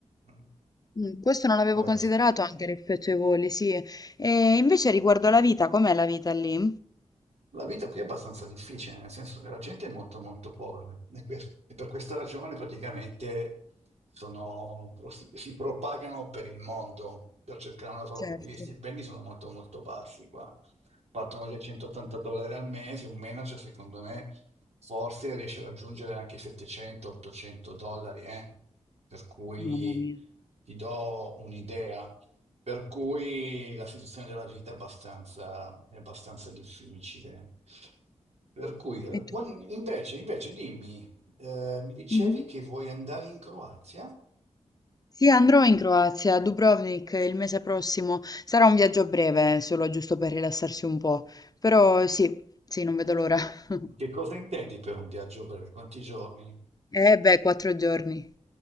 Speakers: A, on the right; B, on the left.
A: mm,
B: Mm, Questo non l'avevo
A: Questo.
B: considerato anche rispetto ai voli, sì. E invece riguardo alla vita, com'è la vita lì?
A: La vita qui è abbastanza difficile, nel senso che la gente è molto molto povera e, quest- e per questa ragione praticamente sono- si propagano per il mondo per cercare un lavoro,
B: Certo.
A: perché gli stipendi sono molto molto bassi qua. Partono dai 180 dollari al mese, un manager secondo me forse riesce a raggiungere anche i 700-800 dollari, eh. Per cui
B: Mamma mia.
A: ti do un'idea. Per cui la situazione della vita è abbastanza, è abbastanza difficile. Per cui, eh,
B: E
A: quan-
B: tu?
A: invece, invece dimmi, eh, mi dicevi
B: Mhm.
A: che vuoi andare in Croazia?
B: Sì, andrò in Croazia, a Dubrovnik il mese prossimo. Sarà un viaggio breve, solo giusto per rilassarsi un po'. Però sì, sì, non vedo l'ora. <laughs>
A: Che cosa intendi per un viaggio breve? Quanti giorni?
B: Eh beh, quattro giorni.